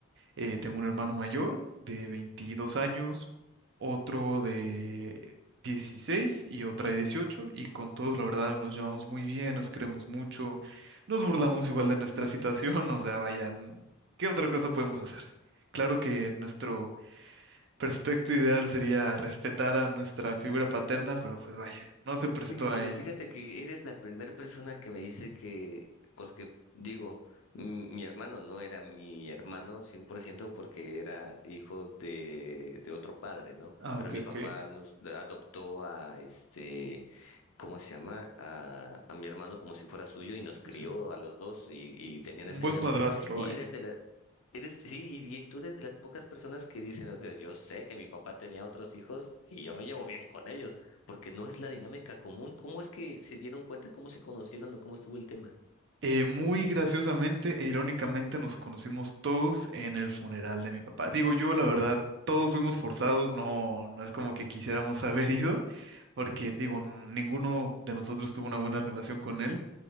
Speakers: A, on the right; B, on the left.
A: Eh, tengo un hermano mayor de 22 años, otro de 16 y otra de 18. y con todos la verdad nos llevamos muy bien, nos queremos mucho, nos burlamos igual de nuestra situación, <laughs> o sea, vaya, ¿qué otra cosa podemos hacer? Claro que nuestro perfecto ideal sería respetar a nuestra figura paterna, pero pues vaya, no se prestó
B: Oye,
A: ahí
B: Pero fíjate que eres la primera persona que me dice que, porque digo, mm, mi hermano no era mi hermano 100% porque era hijo de, de otro padre, ¿no?
A: Ah,
B: Pero
A: ok,
B: mi papá
A: ok.
B: nos adoptó a este, ¿cómo se llama? A, a mi hermano como si fuera suyo y nos
A: Sí,
B: crió
A: sí.
B: a los dos y, y tenían
A: Un
B: esa
A: buen
B: dinámica.
A: padrastro,
B: Y
A: vaya.
B: eres de la, Eres, sí, y, y tú eres de las pocas personas que dicen, "Ok, yo sé que mi papá tenía otros hijos y yo me llevo bien con ellos, porque no es la dinámica común. ¿Cómo es que se dieron cuenta, cómo se conocieron o cómo estuvo el tema?
A: Eh, muy graciosamente e irónicamente nos conocimos todos en el funeral de mi papá. Digo yo, la verdad, todos fuimos forzados, no, no es como que quisiéramos <laughs> haber ido, porque digo, no- ninguno de nosotros tuvo una buena relación con él.